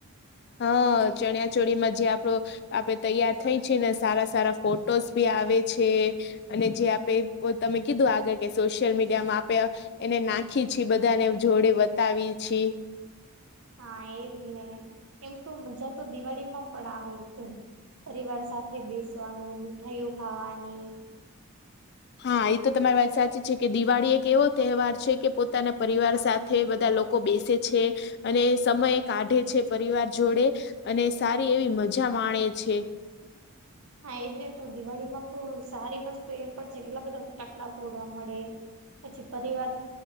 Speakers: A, on the left (about 50°); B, on the right (about 80°).
A: હા ચણિયા ચોળીમાં જે આપડો. આપડે તૈયાર થઈ <unintelligible> ને સારા સારા ફોટોસ ભી આવે છે. અને જે આપે તમે કીધું આગળ કે સોશિયલ મીડિયામાં આપે. એને નાખી છી બધાને જોડે બતાવી છી.
B: હા એજ લે એમ તો મજા તો દિવાળી માં પણ આવે. પરિવાર સાથે બેસવાનું મીઠાઈઓ ખાવાની.
A: હા એ તો તમારી વાત સાચી છે, કે દિવાળી એક એવો તહેવાર છે, કે પોતાના પરિવાર સાથે. તે બધા લોકો બેસે છે, અને સમય કાઢે છે, પરિવાર જોડે. અને સારી એવી મજા માણે છે.
B: હા એજ ને તો દિવાળી માં તો સારી વસ્તુ એ પણ છે, કેટલા બધા ફટાકડા ફોડવા મળે. પછી પરિવાર